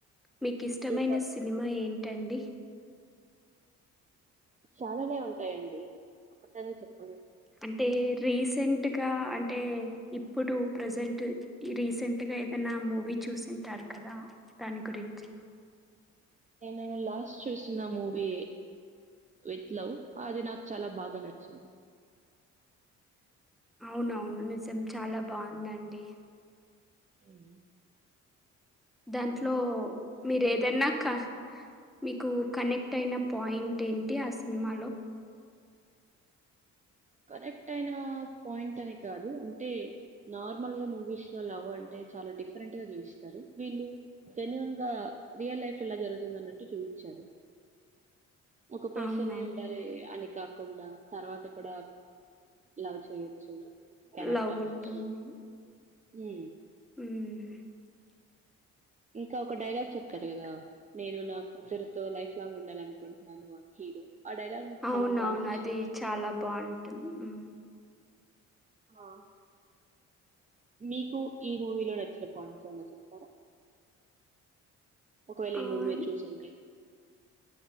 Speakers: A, in the centre; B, on the right (about 25°).
A: మీకు ఇష్టమైన
B: ఇంకా
A: సినిమా ఏంటండి
B: చాలానే ఉంటాయండి ఒకటని చెప్పలేం
A: అంటే రీసెంట్ ఇంకా అంటే ఇప్పుడు ప్రసెంట్ రీసెంట్ గా ఏదైనా మూవీ చూసంటర్ క దా దాని గురించి
B: నేను లాస్ట్ చూసిన మూవీ విత్ లవ్ అది నాకు చాలా బాగా నచ్చింది
A: అవునవును నిజం చాలా బాగుందండి
B: హ్మ్
A: దాంట్లో మీరు ఏదైన్నా క మీకు కనెక్ట్ అయిన పాయింట్ ఏంటి ఆ సినిమాలో
B: కరెక్ట్ అయిన పాయింట్ అని కాదు అంటే నార్మల్ గా మూవీస్ లో లవ్ అంటే చాలా డిఫరెంట్ గా చూయిస్తారు వీళ్ళు జన్యున్ గా రియల్ లైఫ్లా ఎలా జరుగుతుందన్నట్టు చూపించారు ఒక పర్సనే
A: అవునవును
B: ఉండాలి అని కాకుండా తర్వాత కూడా లవ్ చేయొచ్చు కనెక్ట్
A: లవ్
B: అవ్వొచ్చు
A: ఉంటుంది
B: హు
A: ఉహ్
B: ఇంకా ఒక డైలాగ్ చెప్తాడు కదా నేను నా కూతురుతో లైఫ్ లాంగ్ ఉండాల అనుకుంటున్నాను ఆ హీరో ఆ డైలాగ్ నాక్
A: అవునవును.
B: చాలా బా నచ్చింది
A: అది చాలా బావుంటుంది. హ్మ్.
B: ఆ మీకు ఈ మూవీలో నచ్చిన పాయింట్స్ ఏమై నా చెప్తారా ఒకవేళ ఈ
A: ఆన్
B: మూవీ మీరు చూసుంటే